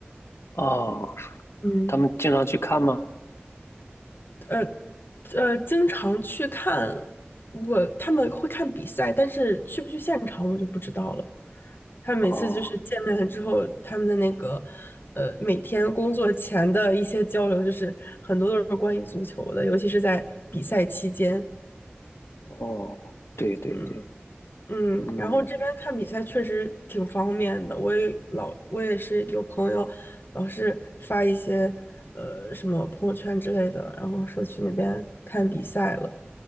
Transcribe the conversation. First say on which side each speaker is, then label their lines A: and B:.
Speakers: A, on the left (about 80°); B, on the left (about 55°).
A: 哦，
B: 嗯，
A: 他们经常去看吗？
B: 呃呃，经常去看我他们会看比赛，但是去不去现场我就不知道了。他们每次就是见面了之后，
A: 哦
B: 他们的那个呃每天工作前的一些交流，就是很多都是关于足球的，尤其是在比赛期间。
A: 哦，对对对，
B: 嗯。嗯，
A: 嗯
B: 然后这边看比赛确实挺方便的，我也老我也是有朋友老是发一些呃什么朋友圈之类的，然后说去那边看比赛了。